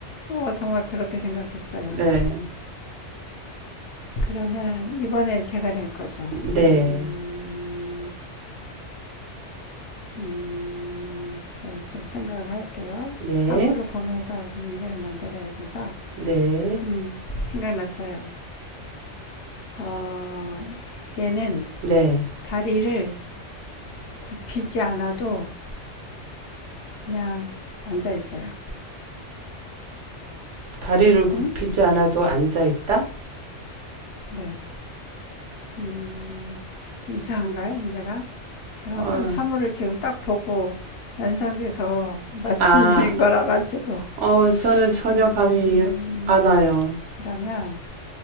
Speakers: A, on the left; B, on the right.
A: 어, 정말 그렇게 생각했어요.
B: 네.
A: 그러면 이번에 제가 낼 거죠.
B: 네,
A: 음, 음, 저 좀 생각을 할게요.
B: 네,
A: 사물을 보면서 문제를 만들어야 되죠.
B: 네,
A: 음, 생각났어요. 어, 얘는
B: 네.
A: 다리를 굽히지 않아도 그냥 앉아 있어요.
B: 다리를 굽히지
A: 응?
B: 않아도 앉아 있다?
A: 네. 음, 좀 이상한가요, 문제가? 제가
B: 어,
A: 어떤 사물을 지금 딱 보고 연상돼서 <laughs> 말씀드린
B: 아,
A: 거라 가지고.
B: 어, 저는 전혀
A: 음,
B: 감이 안 와요.
A: 그러면